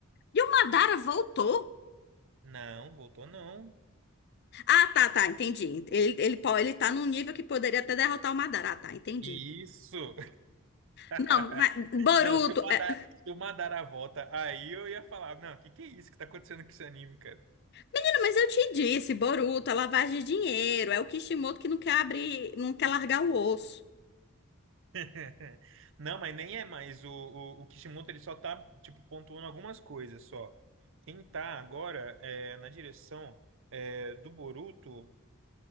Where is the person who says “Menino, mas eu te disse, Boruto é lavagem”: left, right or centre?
Left